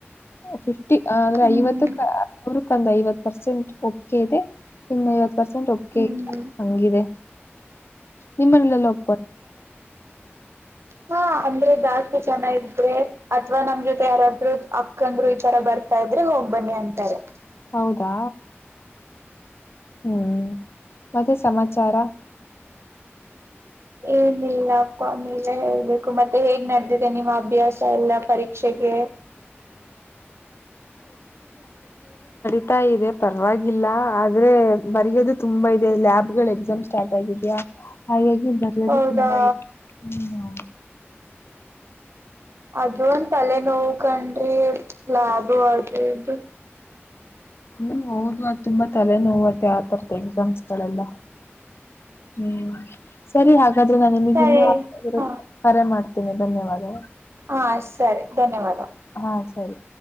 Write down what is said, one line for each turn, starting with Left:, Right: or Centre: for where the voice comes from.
Left: ಹೇ ಅದ್ರ್
Right: ಹ್ಮ್
Left: ಐವತ್ತು ಪ ಅದ್ರುಕೊಂದು ಐವತ್ತು ಪರ್ಸೆಂಟ್. ಕೇದೊ ಇನ್ನು ಐವತ್ ಪರ್ಸೆಂಟ್ ಅಕ್ಕಿ
Right: ಹ್ಮ್
Left: ಹಂಗಿದೆ. ನಿಮ್ಮಗೆ ಮನೆ ಪೊ.
Right: ತೋ ಅಂದ್ರೆ ಜಾಸ್ತಿ ಜನ ಇದ್ರೆ ಅಥವ ನಮ್ ಜೊತೆ ಯಾರಾದ್ರರು ಅಕ್ಕಂದ್ರು ಇತರ ಬರ್ತ ಇಬ್ಬರೆ ಹೋಗ್ಬನ್ನಿ ಅಂತಾರೆ.
Left: ಹೌದಾ ಹ್ಮ್ ಮತ್ತೆ ಸಮಾಚಾರ.
Right: ಏನಿಲ್ಲಪ್ಪ ನೀವೆ ಹೇಳ್ಬೇಕು ಮತ್ತೆ ಹೇಗ್ ನಡೆದಿದೆ ನಿಮ್ಮ್ ಅಭ್ಯಾಸ ಎಲ್ಲ ಪರೀಕ್ಷೆ. ಇದೋ
Left: <inaudible> ಆತಾ ಇದೆ ಪರವಾಗಿಲ್ಲ ಆದ್ರೆ ಬರೆಯೋದು ತುಂಬಾ ಇದೆ ಲ್ಯಾಬ್ ಗಳು ಎಕ್ಸಾಮ್ ಸ್ಟಾರ್ಟ್ ಆಗಿದೆಯ ಹಾಗಾಗಿ ಬರೋದು
Right: ಹೌದಾ
Left: ತುಂಬಾ ಇದೆ ಹ್ಮ
Right: ಅದ ಒಂದ ತಲೆ ನೋವು ಕಣ್ರಿ ಲ್ಯಾಬ್ ಅದು ಇದು
Left: ಹ್ಮ್ ಹೌದು ಅದು ತುಂಬಾ ತಲೆನೋವತ್ತ ಆವತರದ ಎಕ್ಸಾಮ್ಸ್ ಗಳೆಲ್ಲ ಹ್ಮ್ ಸರಿ ಹಾಗ ನಾನ ನಿಮಗೆ
Right: ಸರಿ
Left: ಇನ್ನ
Right: ಹ
Left: ಕರೆ ಮಾಡ್ತೇನೆ ಧನ್ಯವಾದಗಳು
Right: ಹಾ ಸರಿ ಧನ್ಯವಾದ
Left: ಹಾ ಸರಿ